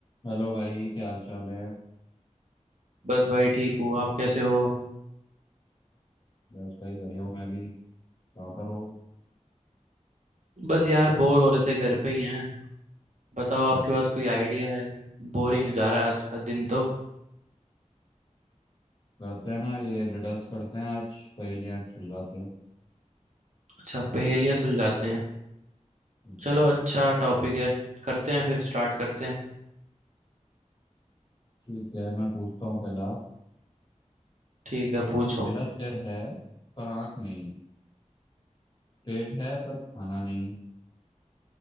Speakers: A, on the left (about 35°); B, on the right (about 65°).
A: Hello भाई क्या हाल चाल है
B: बस भाई ठीक हूँ आप कैसे हो
A: बस भाई बढ़िया हूँ मैं भी कहाँ पर हो
B: बस यार बोर हो रहे थे घर पे ही हैं बताओ आपके पास कोई आइडिया है बोरिंग जा रहा है आज का दिन तो
A: करते हैं ना ये रिडल्स करते हैं आज पहेलियां सुलझाते हैं
B: अच्छा पहेलियाँ सुलझाते हैं
A: हम्म,
B: चलो अच्छा टॉपिक है करते हैं फिर स्टार्ट करते हैं
A: ठीक है मैं पूछता हूँ पहला
B: ठीक है पूछो
A: मेरा सिर है पर आंख नहीं पेट है पर खाना नहीं